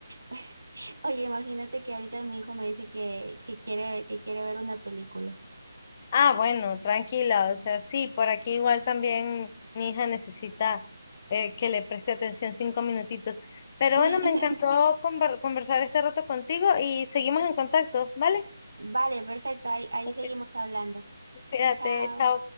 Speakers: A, on the right; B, on the left.
A: <laughs> oye, imagínate que ahorita mi hijo me dice que, que quiere, que quiere ver una película.
B: Ah, bueno, tranquila, o sea, sí, por aquí igual también mi hija necesita eh, que le preste atención cinco minutitos. Pero
A: <laughs>
B: bueno, me encantó <laughs> conver- conversar este rato contigo y seguimos en contacto, ¿vale?
A: Vale, perfecto. Ahí, ahí
B: Ok,
A: seguimos hablando.
B: Cuídate,
A: Chao.
B: chao.